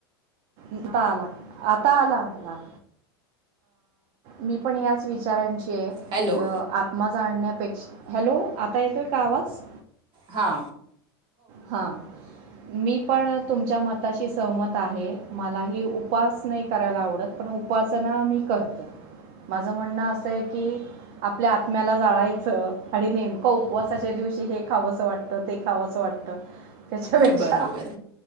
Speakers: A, on the right (about 55°); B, on the right (about 35°).
A: आता आला आता आला -आला मी पण याच विचारांची!
B: हॅलो
A: की आत्मा जाणण्यापेक्षा हॅलो - आता येतोय का आवाज!
B: हा
A: हां मी पण तुमच्या मताशी सहमत आहे मलाही उपवास नाही करायला आवडत पण उपासना मी करते माझं म्हणणं असं आहे की आपल्या आत्म्याला जाळायचं आणि नेमकं उपवासाच्या दिवशी हे खावंसं वाटतं ते खावंसं वाटतं! तर त्याच्यापेक्षा
B: बरोबर